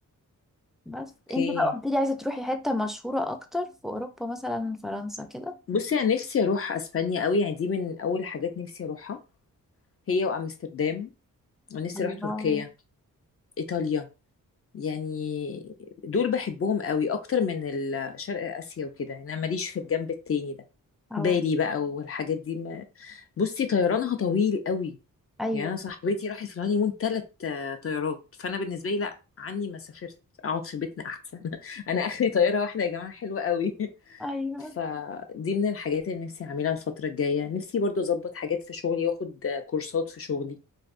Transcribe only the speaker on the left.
اوكي
بصي انا نفسي اروح اسبانيا قوي يعني دي من اول حاجات نفسي اروحها هي وامستردام ونفسي
اروح تركيا ايطاليا يعني دول بحبهم قوي اكتر من ال- شرق اسيا وكده يعني انا ماليش في الجنب التاني ده
بالي بقى والحاجات دي ما بصي طيرانها طويل قوي
يعني انا صاحبتي راحت في الهانيمون ثلاث طيارات فانا بالنسبه لي لا عني ما سافرت اقعد في بيتنا احسن <laughs> انا اخري طياره واحده يا جماعه حلوه قوي <laughs>
فدي من الحاجات اللي نفسي اعملها الفتره الجايه نفسي برضو اظبط حاجات في شغلي واخد آه، كورسات في شغلي